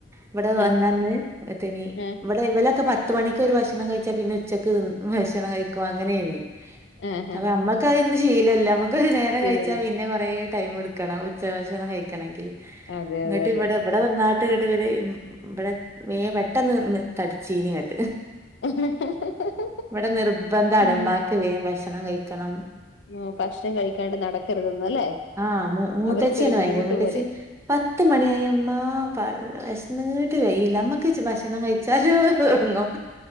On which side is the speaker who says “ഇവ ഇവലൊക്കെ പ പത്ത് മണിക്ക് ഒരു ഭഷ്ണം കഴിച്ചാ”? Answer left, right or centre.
Right